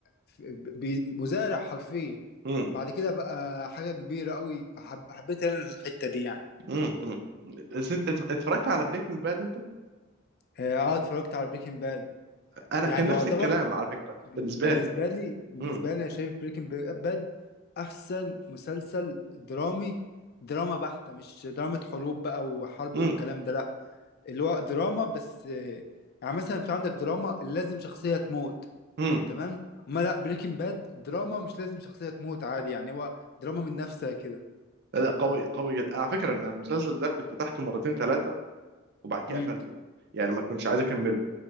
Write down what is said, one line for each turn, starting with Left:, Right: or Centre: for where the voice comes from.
Left: في- بي- مزارع حرفيا
Right: امم
Left: بعد كده بقى حاجة كبيرة قوي فحب- حبيت انا الحتة دي يعني
Right: امم امم بس انت ات- اتفرجت على بريكنج باد انت
Left: اه آه، اتفرجت على بريكنج باد
Right: انا
Left: يعني
Right: كان نفس
Left: يعتبر
Right: الكلام على فكره
Left: بن-
Right: بالنسبه
Left: بالنسبه
Right: لي
Left: لي بالنسبه
Right: امم
Left: لي انا شايف بريكنج باد احسن مسلسل درامي دراما بحتة مش دراما حروب بقى وحرب
Right: امم
Left: والكلام ده لا اللي هو دراما بس آه، يعني مثلا في عندك دراما لازم شخصية تموت
Right: امم
Left: تمام اما لا بريكنج باد دراما مش لازم شخصية تموت عادي يعني هو دراما من نفسها كده
Right: لا قوي قوي جدا على فكره انا المسلسل ده كنت فتحته مرتين ثلاثه وبعد كده
Left: امم
Right: قفلته يعني ما كنتش عايز اكمله